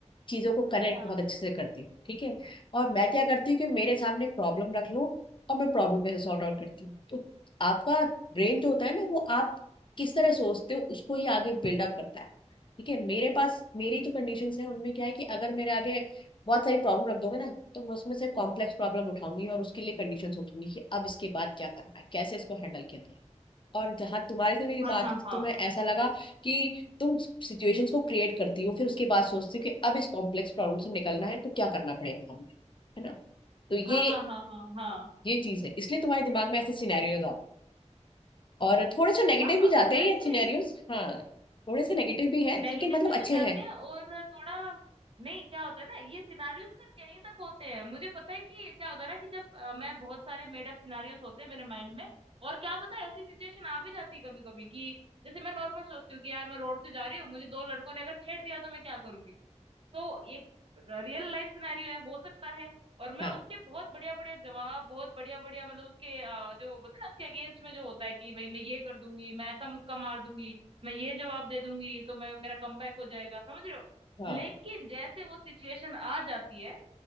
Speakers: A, on the left; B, on the right.
A: चीजों को कनेक्ट
B: हाँ
A: बहुत अच्छे से करती हो ठीक है और मैं क्या करती हूँ कि मेरे
B: हम्म,
A: सामने प्रॉब्लम रख लो और मैं प्रॉब्लम कैसे सॉर्ट आउट करती हूँ तो आपका ब्रेन जो होता है ना वो आप किस तरह सोचते हो उसको ही आगे बिल्डअप करता है ठीक है मेरे पास मेरी
B: हम्म।
A: जो कंडीशन है उनमें क्या है कि अगर मेरे आगे बहुत सारी प्रॉब्लम रख दोगे ना तो मैं उसमें से कॉम्प्लेक्स प्रॉब्लम उठाऊंगी और उसके लिए कंडीशन सोचूंगी कि अब इसके बाद क्या करना है कैसे इसको हैंडल किया जाए और जहां तुम्हारे से मेरी बात
B: हाँ हाँ
A: हुई थी
B: हाँ
A: तो मैं ऐसा लगा कि तुम सिचुएशंस को क्रिएट करती हो फिर उसके बाद सोचती हो कि अब इस कॉम्प्लेक्स प्रॉब्लम से निकलना है तो क्या करना पड़ेगा हमें है ना तो ये
B: हाँ हाँ हाँ हाँ हाँ
A: ये चीज है इसलिए तुम्हारे दिमाग में ऐसे सिनेरियोज आते हैं और थोड़े से नेगेटिव
B: हाँ
A: भी
B: हाँ,
A: जाते
B: वैसे
A: हैं ये सिनेरियोज हाँ थोड़े से नेगेटिव भी हैं
B: नेगेटिव
A: लेकिन मतलब अच्छे
B: भी जाते
A: हैं
B: हैं और थोड़ा नहीं क्या होता है ना ये सिनारियोस सिर्फ यहीं तक होते हैं मुझे पता है कि क्या होता है ना कि जब अ, मैं बहुत सारे मेड अप सिनारियोस होते हैं मेरे माइंड में और क्या पता ऐसी सिचुएशन आ भी जाती है कभी कभी कि जैसे मैं नॉर्मल सोचती हूँ कि यार मैं रोड से जा रही हूँ मुझे दो लड़कों ने अगर छेड़ दिया तो मैं क्या करूंगी तो ये रियल लाइफ सिनेरियो है हो सकता है और मैं
A: हाँ
B: उसके बहुत बढ़िया बढ़िया जवाब बहुत बढ़िया बढ़िया मतलब उसके अ, जो होता है ना उसके अगेंस्ट में जो होता है कि भाई मैं ये कर दूंगी मैं ऐसा मुक्का मार दूंगी मैं ये जवाब दे दूंगी तो मैं मेरा कमबैक हो जाएगा समझ रहे हो
A: हाँ
B: लेकिन जैसे वो सिचुएशन आ जाती है